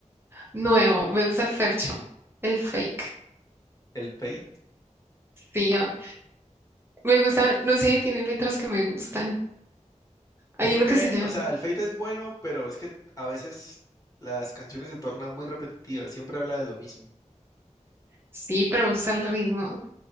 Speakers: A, on the right; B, on the left.
A: nuevo, me gusta el fercho, el fake.
B: ¿El fade?
A: Sí, ah, me gusta, no sé, tiene letras que me gustan. Hay
B: Sino
A: uno
B: que,
A: que se llama,
B: o sea, el Fate es bueno, pero es que a veces las canciones se tornan muy repetitivas, siempre habla de lo mismo.
A: sí, pero me gusta el ritmo.